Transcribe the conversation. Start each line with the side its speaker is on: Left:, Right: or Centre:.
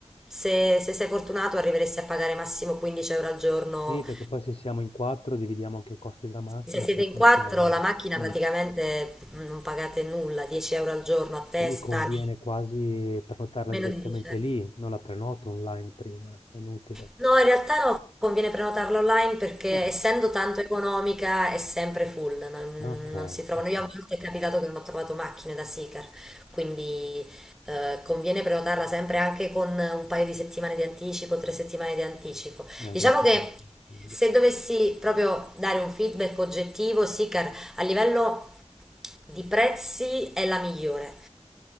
Centre: se, se sei fortunato arriveresti a pagare massimo 15 euro al giorno
Left: Sì, perché poi se siamo in quattro dividiamo anche i costi della macchina,
Centre: se siete
Left: può
Centre: in
Left: funzionare.
Centre: quattro, la macchina praticamente
Left: Mm.
Centre: mm, non pagate nulla, 10 euro al giorno a testa,
Left: E mi conviene quasi prenotarla
Centre: meno
Left: direttamente
Centre: di 10 euro.
Left: lì, non la prenoto online prima, è inutile.
Centre: No, in realtà no, conviene prenotarla online perché
Left: Ah,
Centre: essendo tanto economica è sempre full, no, non,
Left: ok,
Centre: non si trovano.
Left: ok.
Centre: Io a volte è capitato che non ho trovato macchine da Sicar, quindi eh, conviene prenotarla sempre anche con un paio di settimane di anticipo, tre settimane di anticipo.
Left: Eh,
Centre: Diciamo
Left: grazie
Centre: che
Left: per il consiglio.
Centre: se dovessi proprio dare un feedback oggettivo, Sicar a livello di prezzi è la migliore.